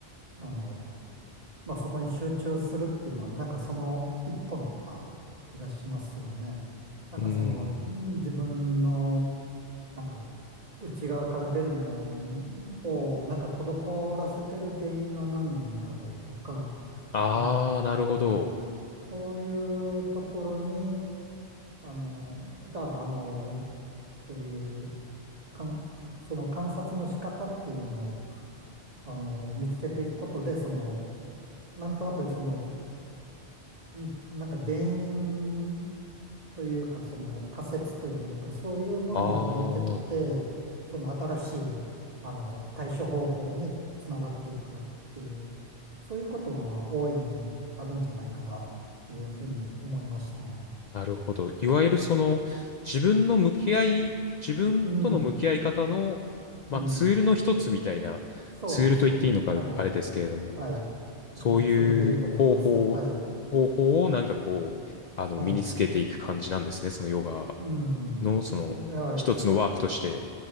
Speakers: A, on the right; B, on the left.
A: あの、まあそこに集中するっていうのは、なんかその一本な気がしますよね。なんかその、
B: うーん。
A: うん自分の、なんか内側から出るもんを、なんか滞らせてる原因は何なんだろうとか、
B: ああ、
A: あの、
B: なるほど。
A: そういうところに、あの、が、あの、そういうかん、その観察の仕方っていうのを、あの、見つけていくことで、その、なんとなくそのうんなんか原因というか、その仮説というか、そういうものが見えてきて、
B: ああ、
A: その新しい、あの、対処方法につながっていくっていう、そういうことは大いにあるんじゃないかなっていうふうに思いましたね。
B: なるほど。いわゆるその、自分の向き合い、自分との向き合い方の、
A: うん、
B: まあ、
A: うん、
B: ツールの一つみたいな、
A: そうですね。
B: ツールと言っていいのか、
A: はい、
B: あれですけれども、
A: はい。
B: そういう方法、
A: えそれでいいと思います。はい、
B: 方法をなんかこう、あの、
A: はい。
B: 身につけていく感じなんですね。そのヨガ
A: うん、
B: の、その、
A: そう、はい。
B: 一つのワークとして。